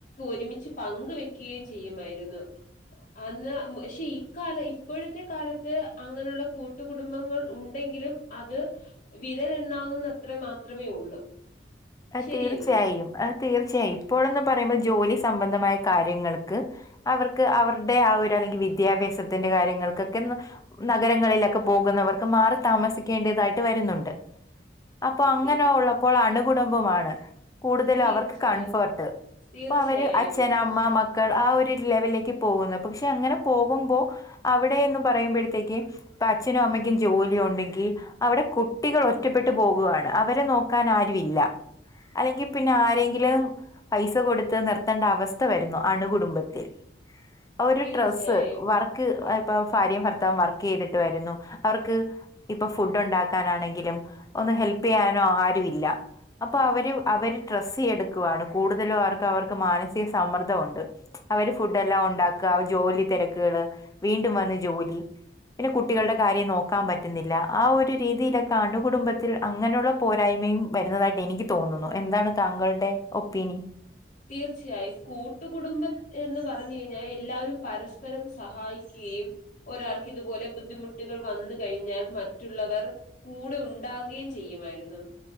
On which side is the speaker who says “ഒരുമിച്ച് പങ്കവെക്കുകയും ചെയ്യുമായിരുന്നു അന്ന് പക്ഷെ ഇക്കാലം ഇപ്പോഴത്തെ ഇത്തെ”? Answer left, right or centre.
Left